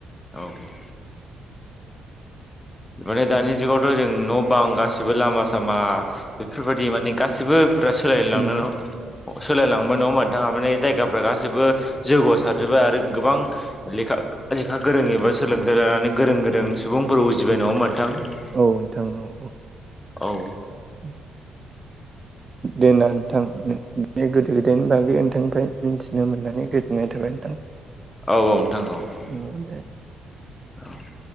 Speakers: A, on the left (about 15°); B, on the right (about 30°).
A: औ औ माने दानि जुगावथ' जों न' बां गासिबो लामा सामा बेफोरबायदि माने गासिबोफोरा सोलायलांनो-
B: माने
A: सोलायलांबाय नङा होनबा नोंथां माने जायगाफ्रा गासैबो जौगासारजोब्बाय आरो गोबां लेखा लेखा गोरों एबा सोलोंथाइ लानानै गोरों गोरों सुबुंफोर उजिबाय नङा होनबा नोंथां।
B: औ नोंथां औ औ
A: औ
B: <inaudible> दे ना नोंथां नो बे गोदो गोदायनि बागै नोंथांनिफ्राय मिथिनो मोननानै गोजोननाय थाबाय नोंथां। <inaudible>
A: औ औ नोंथां औ।
B: उम दे
A: <inaudible>